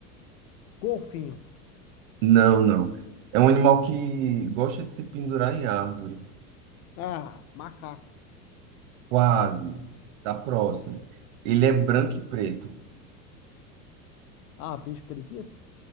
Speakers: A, on the left; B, on the right.
A: Golfinho.
B: Não, não. É um animal que gosta de se pendurar em árvore.
A: Ah, macaco.
B: Quase. Tá próximo. Ele é branco e preto.
A: Ah, bicho preguiça?